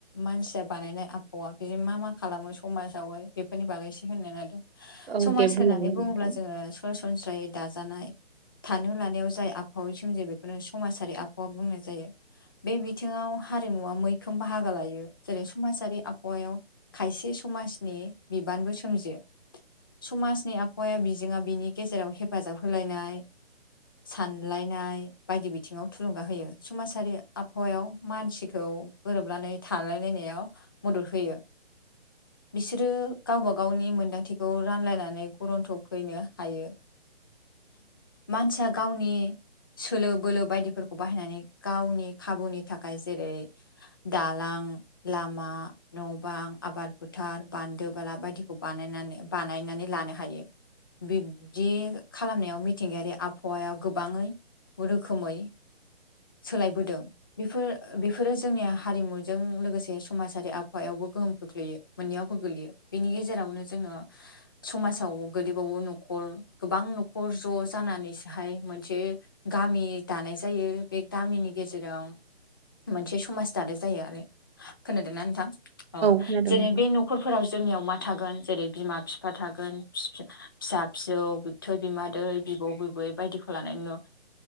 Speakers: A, on the left; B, on the right.
A: मानसिया बानायनाय आबहावा बिजों मा मा खालामो समाजावहाय बेफोरनि बागैसो होनगोन आरो।
B: औ
A: समाज
B: दे बुंलांदो
A: होननानै बुङोब्ला
B: नोंथां
A: जोङो सरासन सनस्रायै दाजानाय थानो लानायाव जाय आबहावै सोमजि बे समाजारि आबहावा बुंनाय जायो बे बिथिङाव हारिमुवा मैखोम बाहागो लायो जेरै समाजारि आबहावायाव खायसे समाजनि बिबानबो सोमजियो समाजनि आबहावाया बि जोंहा बिनि गेजेराव हेफाजाब होलायनाय सानलायनाय बायदि बिथिङाव थुलुंगा होयो समाजारि आबहावायाव मानसिखौ गोरोबनानै थालायलायनाया याव मदद होयो बिसोरो गावबा गावनि मोन्दांथिखौ रानलायनानै गुरन्थ' फैनो हायो। मानसिया गावनि सोलो बोलो बायदिफोरखौ बाहायनानै गावनि खाबुनि थाखाय जेरै दालां लामा न' बां आबाद फोथार बान्दो बाला बायदिखौ बानायनानै बानाय नानै लानो हायो बिब्दि खालामनायाव मिथिंगायारि आबहावा गोबाङै रोखोमै सोलायबोदों बेफोर बेफोरो जोंनिया हारिमुजों लोगोसे समाजारि आबहायावबो गोहोम खोख्लैयो मोनैयावबो गोलैयो बेनि गेजेराव जोङो समाजाव गोग्लै ग न'खर गोबां न'खर ज' जानानैसोहाय मोनसे गामि दानाय जायो बे गामिनि गेजेराव मोनसे समाज दानाय जायो आरो खोनादोना नोंथां औ
B: खोनादों
A: जेरै
B: नोंथां
A: बे न'खरफोराव जोंनियाव मा थागोन जेरै बिमा बिफा थागोन फिसा फिसौ बि बिबथै बिमादैै बिबौ बिबै बायदिखौ लानानै ओ